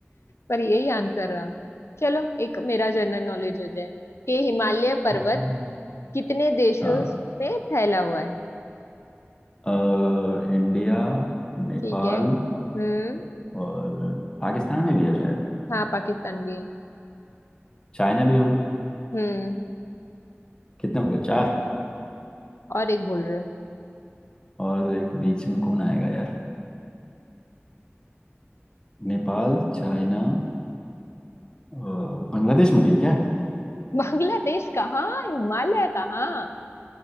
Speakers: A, on the left; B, on the left.
A: पर यही आंसर रहा चलो एक मेरा जनरल नॉलेज हो जाए कि हिमालय पर्वत
B: हाँ
A: कितने देशों
B: हाँ
A: में फैला हुआ है
B: अ, इंडिया नेपाल
A: ठीक है हम्म
B: और पाकिस्तान में भी है शायद
A: हाँ पाकिस्तान भी है
B: चाइना भी होगा
A: हम्म
B: कितने हो गए चार
A: और एक बोल रहे हो
B: और एक बीच में कौन आएगा यार नेपाल चाइना अ, बांग्लादेश में भी है क्या
A: बांग्लादेश कहाँ हिमालय कहाँ